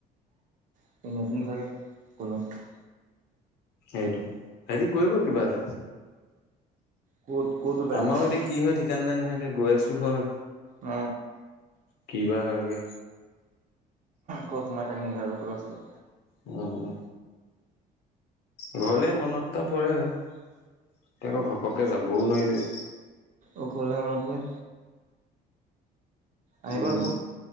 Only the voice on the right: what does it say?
<unintelligible> না থাকে <unintelligible>
ক'ত ক'ত, ওলাই
গৈছে
অ,
ক'ত সোমাই থাকিম গৈ আৰু লাছত,
অ ঘৰলে মনত পৰে। আহিবা
আকৌ।